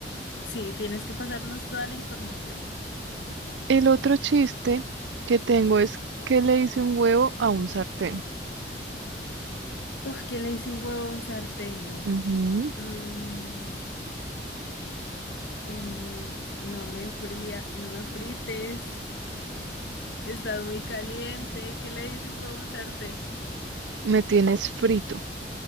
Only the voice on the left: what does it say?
Sí, tienes que pasarnos toda la información.
Uf, que le hice un huevo a un sartén.
Mm, eh, no me fría, no me frites. Estás muy caliente. ¿Qué le dice un huevo a un sartén?